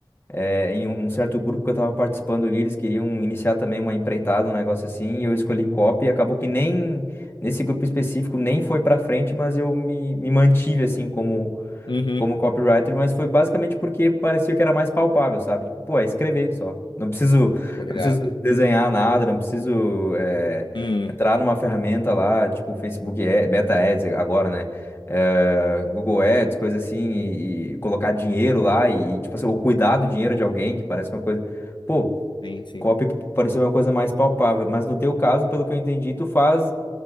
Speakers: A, on the left; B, on the left.
A: é, em um um certo grupo que eu estava participando ali, eles queriam iniciar também uma empreitada, um negócio assim, e eu escolhi copy, e acabou que nem nesse grupo específico nem foi para frente, mas eu me, me mantive assim como
B: Uhum,
A: como copywriter, mas foi basicamente porque parecia que era mais palpável, sabe? Tipo, pô, é escrever só. Não preciso,
B: tô
A: não
B: ligado.
A: preciso desenhar nada, não preciso eh,
B: Hum,
A: entrar numa ferramenta lá, tipo Facebook Ad- Meta Ads agora, né? Eh, Google Ads, coisa assim, e, e colocar dinheiro lá e, e, tipo assim, ou cuidar do dinheiro de alguém, que parece uma coisa. Pô,
B: sim, sim.
A: copy pareceu uma coisa mais palpável, mas no teu caso, pelo que eu entendi, tu faz